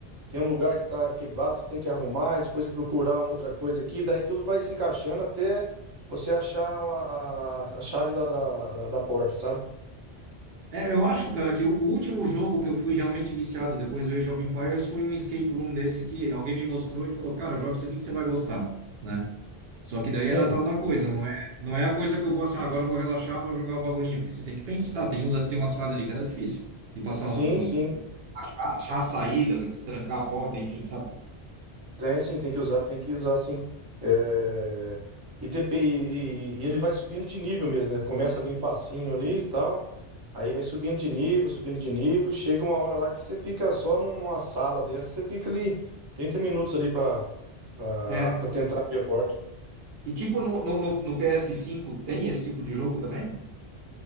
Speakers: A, on the right (about 25°); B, on the right (about 70°).
A: tem um lugar que tá quebrado, você tem que arrumar e depois procurar uma outra coisa aqui, daí tudo vai se encaixando até você achar uma- a, a chave da, da, da, da porta, sabe?
B: É, eu acho, cara, que o, o último jogo que eu fui realmente viciado depois do Age of Empires foi um escape room desse que alguém me mostrou e falou, cara, joga isso aqui que você vai gostar, né? Só que daí
A: Sim,
B: era tal da coisa, não é, não é a coisa que eu vou assim, ah, agora eu vou relaxar, vou jogar o bagulhinho, porque você tem que pensar, tem uns, tem umas fases ali que era difícil de passar
A: sim,
B: o,
A: sim.
B: achar a saída, destrancar a porta, enfim, sabe?
A: Tem sim, tem que usar, tem que usar sim. É, E, depe- e- e ele vai subindo de nível mesmo, né? Começa bem facinho ali e tal. Aí vai subindo de nível, subindo de nível. Chega uma hora lá que você fica só num- numa sala dessa, você fica ali 30 minutos ali pra, pra,
B: É.
A: pra tentar abrir a porta.
B: E tipo no, no, no- no ps cinco tem esse tipo de jogo também?